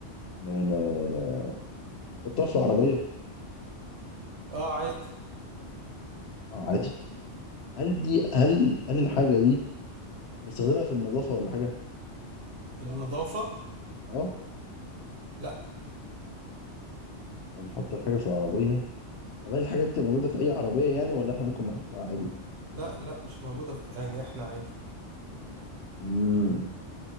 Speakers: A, on the left; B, on the right.
A: ن- ن- ن- نحطها في العربية؟
B: اه عادي
A: اه عادي هل دي هل هل الحاجة دي بنستخدمها في النظافة ولا حاجة
B: النظافة
A: اه
B: لا
A: يعني نحط الحاجة في العربية طب هل الحاجات دي موجودة في أي عربية يعني ولا احنا ممكن نحطها عادي؟
B: لا لا مش موجودة في يعني احنا عادي
A: امم